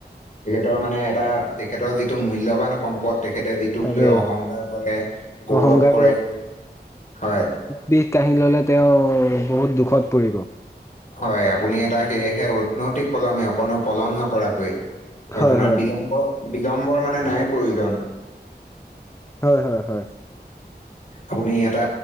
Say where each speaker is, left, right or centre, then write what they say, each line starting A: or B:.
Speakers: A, on the left; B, on the left.
A: তেখেতৰ মানে এটা তেখেতৰ যিটো মূল্যবান সম্পদ তেখেতে যি। তোক
B: তাকে
A: লৈ অহংকাৰ কৰে, গৌৰৱ
B: অহংকাৰ
A: কৰে, সেই হয়।
B: বিষ কাঢ়ি ললে তেওঁ বহুত দুখত পৰিব।
A: হয় আপুনি এটা সেয়েহে উন্নতি পলমে অকণো পলম নকৰাকৈ।
B: হয়
A: আপোনাৰ
B: হয়
A: বিলম্ব, বিলম্বৰ মানে নাই প্ৰয়োজন।
B: হয় হয় হয়।
A: আপুনি এটা,